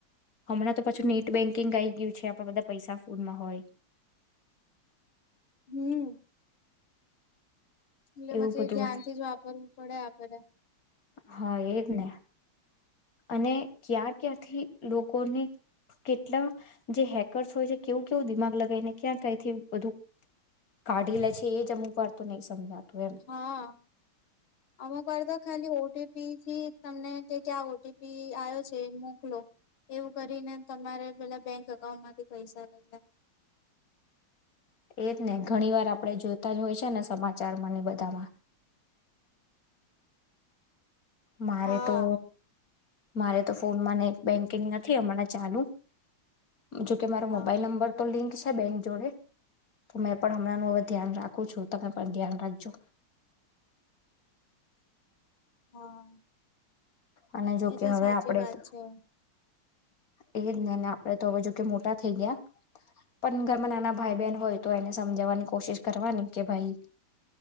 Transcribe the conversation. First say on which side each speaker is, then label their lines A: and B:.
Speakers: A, on the left; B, on the left.
A: હમણાં તો પાછું નેટ બેન્કિંગ આઈ ગયું છે. આપણા બધા પૈસા ફૂનમાં હોય
B: હમ્મ. એટલે
A: એવું
B: પછી
A: બધું
B: એ ધ્યાનથી જ વાપરવું પડે આપડે
A: હા એજ ને. અને ક્યાં ક્યાંથી લોકોને કેટલા જે હેકરસ હોયે કેવું કેવું દિમાગ લગાવી ને ક્યાં કઈ થી બધું કાઢી લે છે એજ અમુક વાર નહીં સમજાતું એમ
B: હા અમુક વાર તો ખાલી ઓ ટી પી થી તમને કે કે આ ઓ ટી પી આવ્યો છે મોકલો. એવું કરીને તમારે પેલા બેંક અકાઉન્ટ માંથી પૈસા લઈ લે
A: એજ ને ઘણી વાર આપણેે જોતા જ હોય છે ને સમાચારમાંને એ બધામાં મારે
B: હા
A: તો મારે તો ફોનમાં નેટ બેન્કિંગ નથી હમણાં ચાલુ જોકે મારો
B: હા
A: મોબાઈલ નંબર તો લિંક છે. બેંક જોડે તો મેં પણ હમણાં નું હવે ધ્યાન રાખું છું તમે પણ ધ્યાન રાખજો
B: હા.
A: અને જોકે
B: એતો
A: હવે
B: સાચી
A: આપણેે
B: વાત છે.
A: એ જ ને આપણે તો હવે જોકે મોટા થઈ ગયા પણ ઘરમાં નાના ભાઈ બહેન હોય તો એને સમજાવવાની કોશિશ કરવાની કે ભાઈ